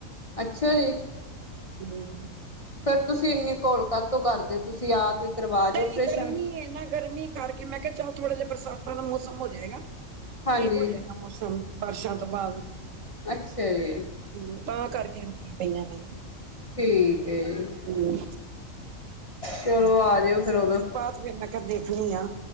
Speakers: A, on the left; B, on the right.
A: ਅੱਛਾ ਜੀ।
B: ਗੁਡ ਈਵਨਿੰਗ
A: ਫੇਰ ਤੁਸੀਂ ਇੰਨੀ ਘੋਲ ਕਾਤੋਂ ਕਰਦੇ ਓਂ ਤੁਸੀਂ ਆ ਕੇ ਕਰਵਾ ਜਾਓ
B: ਨਈਂ
A: ਆਪਰੇਸ਼ਨ।
B: ਗਰਮੀ ਏ ਨਾ ਗਰਮੀ ਕਰਕੇ ਮੈਂ ਕਿਆ ਚੱਲ ਥੋੜਾ ਜਾ ਬਰਸਾਤਾਂ ਦਾ ਮੌਸਮ ਹੋ ਜਾਏਗਾ,
A: ਹਾਂਜੀ
B: ਠੀਕ ਹੋ ਜਾਏਗਾ ਮੌਸਮ। ਬਾਰਸ਼ਾਂ ਤੋਂ ਬਾਦ।
A: ਅੱਛੇਆ ਜੀ।
B: ਹੂੰ, ਤਾਂ ਕਰਕੇ ਰੁਕੀ ਪਈ ਆਂ ਮੈਂ।
A: ਠੀਕ ਐ ਜੀ,
B: ਹੂੰ
A: ਚਲੋ ਆਜੇਓ ਫਿਰ ਓਦੋਂ
B: ਬਾਦ ਚ ਫੇਰ ਮੈਂ ਕਿਆ ਦੇਖਨੀ ਆਂ,